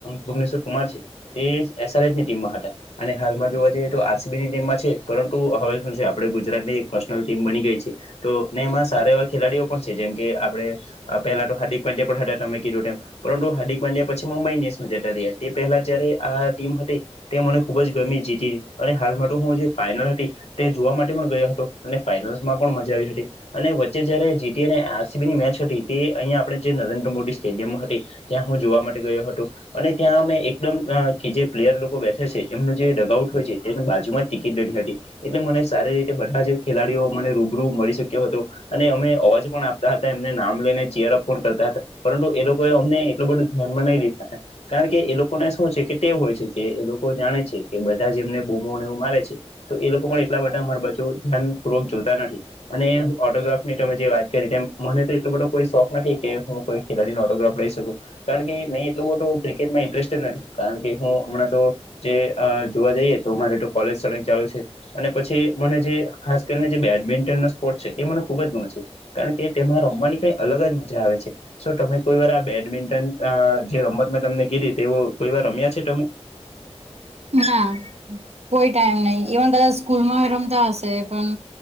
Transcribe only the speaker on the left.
ભુવનેશ્વર કુમાર છે તે એસઆરસ ની ટીમમાં હતા અને હાલમાં જોવા આરસીબી ની ટીમ છે પરંતુ હવે શું છે આપે ગુજરાત ની એકશનલ ટીમ બની ગઈ છે તો ને એમાં સારા એવા ખેલાડીઓ પણ છે જેમ કે આપણેે પહેલા તો હાર્દિક પંડ્યા હતા તમે કીધું પરંતુ હાર્દિક પાંડ્યા પછી મુંબઈ ઇન્ડિયન્સમાં જ રહ્યા તે પહેલા જયારે આ ટીમ હતી તે મને ખુબ જ ગમેી જીતી અને હાલમાં હું જે ફાઈનલ હતી તે જોવા માટે પણ ગયો હતો અને ફાઈનલસમાં પણ મજા આવી હતી અને વચ્ચે જયારે જીટીને ની મેચ હતી તે અહીંયા આપણે જે નરેન્દ્ર મોદી સ્ટેડિયમ હતી ત્યાં હું જોવા માટે ગયો હતો અને ત્યાં અમે એકદમ કે જે પ્લેયર લોકો બેસે છે એમનું જે ડગઆઉટ હોય છે. એને બાજુમાં જ ટિકિટ નથી હતી એટલે મને સારી રીતે બધા જ ખેલાડીઓ મને રૂબરૂ મળી શક્યો હતો અને અમે અવાજ પણ આપ હતા એમને નામ લઈને ચેયરઅપ પણ કરતા હતા પરંતુ એ લોકો અમને એટલું બધું ધ્યાનમાં નહી લીધા હતા કારણ કે એ લોકોને શું છે કે તે હોય છે કે એ લોકો જાણે છે કે બધા જ એમને બોમોને એવું મારે છે તો એ લોકો પણ એટલા બધા માર બાજુ ધ્યાનપૂર્વક જોતા નથી અને ઓટોગ્રાફ ની તમે જે વાત કરી તેમ મને તો એટલો બધો કોઈ શોખ નથી કે હું કોઈ ખેલાડીનો ઓટોગ્રાફ લઈ શકું કારણ કે મેં એટલું બું ક્રિકેટમાં ઇન્ટરેસ્ટડ નથી કારણ કે હું હમણાં તો જે જોવા જઈએ તો અમારે કોલેજળક ચાલુ છે અને પછી મને જે ખાસ કરીને જે બેડમિન્ટનનો સ્પોર્ટ છે તે મને ખુબ જ ગમે છે કારણ કે તેમાં રમવાની કઈ અલગ જ મજા આવે છે. શ તમે કોઈ વાર આ બેડમિન્ટન જે રમત મેં તમને કરી તે કોઈ વાર રમ્યા છે તમે